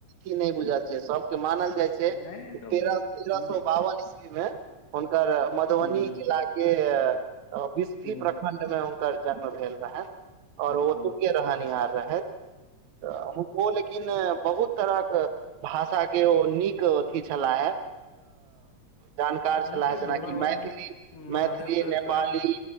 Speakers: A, on the right (about 75°); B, on the left (about 55°).
A: की नइ बुझल छै सबके मानल जाइ छै
B: नहि तऽ
A: तेरह
B: हूँ
A: तेरह सौ बावन ईस्वी म हुनकर मधुबनी
B: हूँ
A: जिल केसफी
B: हूँ
A: प्रखं्ड में हुनकर जन्म भेल रहनि और
B: हूं
A: ओत
B: हूं
A: रहनिहार रहथ हुनको लेकिन बहुत तरह भाष के ओ नीक अथी छलाहे जानकार छलाह
B: हुनका
A: जेनाकि
B: भोला बाबा
A: मैथिली मैथिली
B: महादेव के
A: नेपाली
B: स्वयं